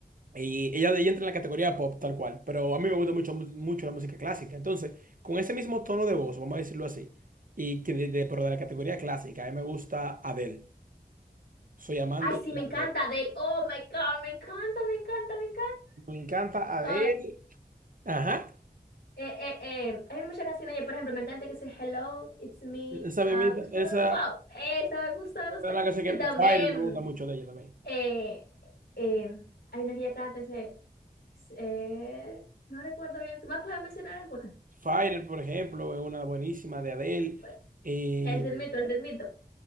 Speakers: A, on the right; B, on the left.
A: eh, ella, ella entra en la categoría pop tal cual, pero a mí me gusta mucho, mu- mucho la música clásica. Entonces, con ese mismo tono de voz, vamos a decirlo así, y que de, de- pero de la categoría clásica, a mí me gusta Adele. Soy amante
B: Ay, sí,
A: de
B: me encanta
A: Adele.
B: de él. Oh my God, me encanta, me encanta, me
A: Me encanta Adele.
B: encanta.
A: Ajá.
B: Eh, eh, eh, hay muchas canciones, yo, por ejemplo, me encanta que dice Hello, it's me,
A: Esa mismita,
B: uh, wish for-"
A: esa esa
B: wow, esa me gusta, me gusta.
A: es la canción
B: Y
A: que
B: también
A: Fire me gusta mucho de ella también.
B: eh, eh, hay una que ella canta, dice, eh, no recuerdo bien, ¿tú vas a poder mencionar alguna?
A: Fire, por ejemplo, es una buenísima de Adele.
B: Bueno,
A: Eh,
B: el ritmito, el ritmito.